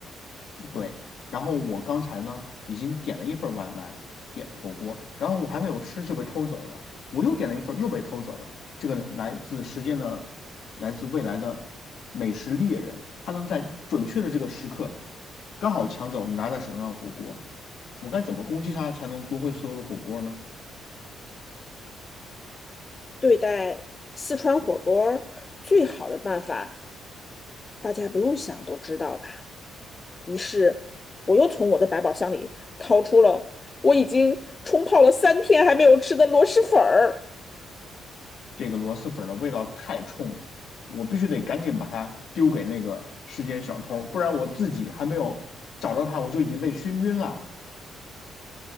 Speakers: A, on the left; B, on the left.
A: 对，然后我刚才呢已经点了一份外卖了，点火锅，然后我还没有吃就被偷走了，我又点了一份又被偷走了。这个来自时间的，来自未来的美食猎人，他能在准确的这个时刻刚好抢走你拿在手上的火锅，我该怎么攻击他才能夺回所有的火锅呢？
B: 对待四川火锅儿最好的办法，大家不用想都知道吧？于是，我又从我的百宝箱里掏出了我已经冲泡了三天还没有吃的螺蛳粉儿，
A: 这个螺蛳粉的味道太冲了，我必须得赶紧把它丢给那个时间小偷，不然我自己还没有找到他，我就已经被熏晕了。